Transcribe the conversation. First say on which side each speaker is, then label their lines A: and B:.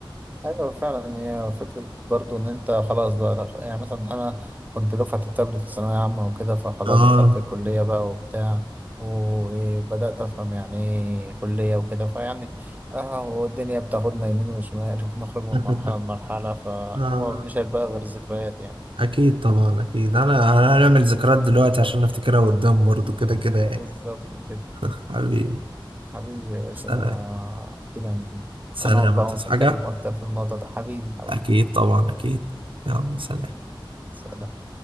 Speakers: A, on the right (about 20°); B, on the right (about 75°).
A: ايوه فعلا هي فكره برضو ان انت خلاص بقى دخ... يعني مثلا انا كنت دفعه التابلت في ثانويه عامه وكده فخلاص
B: اه
A: دخلت الكليه بقى وبتاع وبدات افهم يعني ايه كليه وكده فيعني اه والدنيا بتاخدنا يمين وشمال <laughs> ونخرج من
B: <laughs>
A: مرحله لمرحله فاما
B: آه. آه.
A: مش هيبقى غير ذكريات يعني
B: اكيد طبعا اكيد انا أنا هنعمل ذكريات دلوقتي عشان نفتكرها قدام برضو كده كده يعني
A: بالظبط كده
B: <laughs> حبيبي
A: حبيبي يا باشا
B: سلام
A: ده كده
B: سلام
A: هنقعد بقى
B: تصحى
A: ونتكلم
B: حاجة
A: اكتر في الموضوع ده حبيبي حبيبي
B: اكيد طبعا اكيد يلا سلام
A: سلام